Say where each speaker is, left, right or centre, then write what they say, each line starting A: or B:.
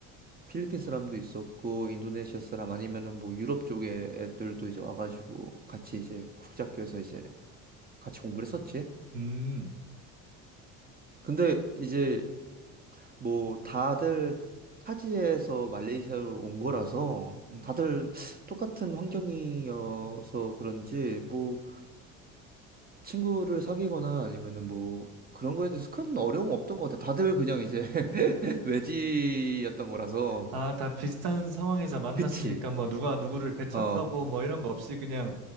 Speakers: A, on the right (about 20°); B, on the right (about 60°).
A: 필리핀 사람도 있었고 인도네시아 사람 아니면은 뭐 유럽 쪽에 애들도 이제 와가지고 같이 이제 국제학교에서 이제 같이 공부를 했었지.
B: 음,
A: 근데 이제 뭐 다들 타지에서 말레이시아로 온 거라서
B: 음.
A: 다들 똑같은 환경이어서 그런지 뭐 친구를 사귀거나 아니면은 뭐 그런 거에 대해서 큰 어려움 없던 것 같아. 다들 그냥 이제 <laughs> 외지였던 거라서.
B: 아, 다 비슷한 상황에서 만났으니까
A: 그치.
B: 뭐 누가 누구를 배척하고
A: 어,
B: 뭐 이런 거 없이 그냥